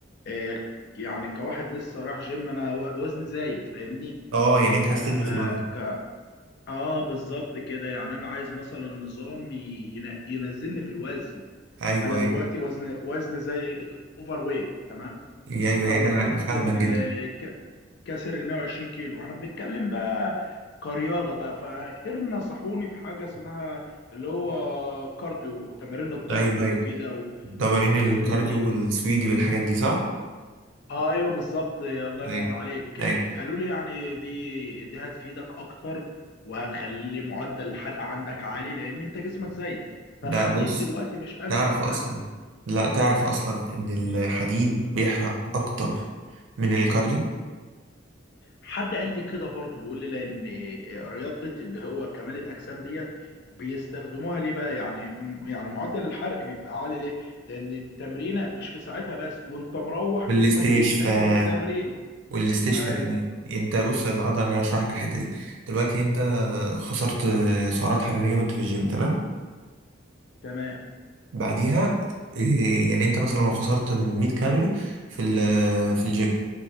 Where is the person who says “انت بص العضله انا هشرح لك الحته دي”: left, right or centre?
Right